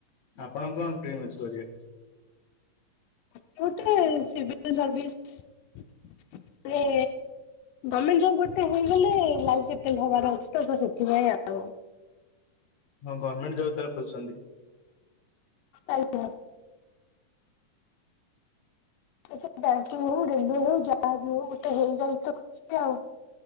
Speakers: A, on the left; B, on the left.
A: ଆପଣ କଣ ଟ୍ରିମେସ୍ କରିବେ?
B: ମୁଁ ଗୋଟେ ସିଭିଲି ସେର୍ଭିସ ରେ ଗମେଣ୍ଟ ଜବ ଗୋଟେ ହେଇଗଲେ ଲାଇଫ ସେଟଲ ହବାର ଅଛି ତ ସେଥିପାଇଁ ଆଉ।
A: ହଁ ଗଭମେଣ୍ଟ ଜବ୍ ତାହେଲେ ଖୋଜୁଚନ୍ତି।
B: ଆଜ୍ଞା। ଆଉ ବ୍ୟାଙ୍କିଂ ହଉ ରେଲୱେ ହଉ ଯାହା ବି ହଉ ଗୋଟେ ହେଇଗଲେ ତ ଖୁସି ଆଉ।